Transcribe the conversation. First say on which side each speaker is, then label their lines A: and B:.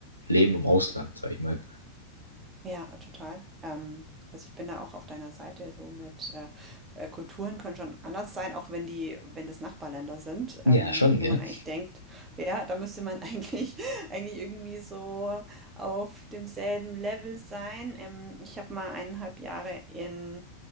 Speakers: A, on the right; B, on the right.
A: Leben im Ausland, sag ich mal?
B: Ja, total. Ähm, also ich bin da auch auf deiner Seite, so mit äh, äh, Kulturen können schon anders sein, auch wenn die, wenn das Nachbarländer sind,
A: Ja,
B: ähm,
A: schon,
B: wo
A: gell?
B: man eigentlich denkt, ja, da müsste man <laughs> eigentlich, eigentlich irgendwie so auf demselben Level sein. Ähm, ich habe mal eineinhalb Jahre in